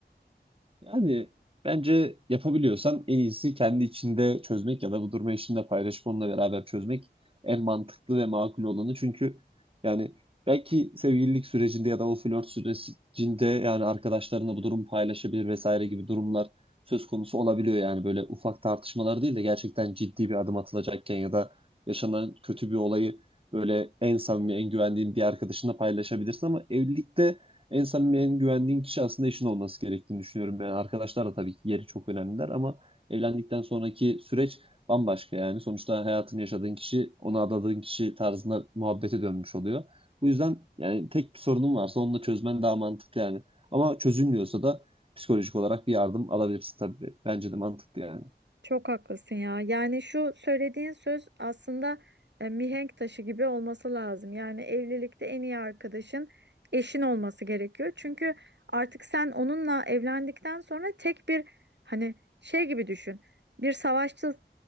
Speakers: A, on the right (about 30°); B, on the right (about 85°).
A: Yani bence yapabiliyorsan en iyisi kendi içinde çözmek ya da bu durumu eşinle paylaşıp onunla beraber çözmek en mantıklı ve makul olanı. Çünkü yani belki sevgililik sürecinde ya da o flört sürecinde yani arkadaşlarına bu durumu paylaşabilir vesaire gibi durumlar söz konusu olabiliyor. Yani böyle ufak tartışmalar değil de gerçekten ciddi bir adım atılacakken ya da yaşanan kötü bir olayı böyle en samimi, en güvendiğin bir arkadaşınla paylaşabilirsin ama evlilikte en samimi, en güvendiğin kişi aslında eşin olması gerektiğini düşünüyorum. Yani arkadaşlar da tabii ki yeri çok önemliler ama evlendikten sonraki süreç bambaşka yani. Sonuçta hayatını yaşadığın kişi, ona adadığın kişi tarzında muhabbete dönmüş oluyor. Bu yüzden yani tek bir sorunun varsa onu da çözmen daha mantıklı yani. Ama çözülmüyorsa da psikolojik olarak bir yardım alabilirsin tabii. Bence de mantıklı yani.
B: Çok haklısın ya. Yani şu söylediğin söz aslında e, mihenk taşı gibi olması lazım. Yani evlilikte en iyi arkadaşın eşin olması gerekiyor. Çünkü artık sen onunla evlendikten sonra tek bir hani şey gibi düşün. Bir savaşta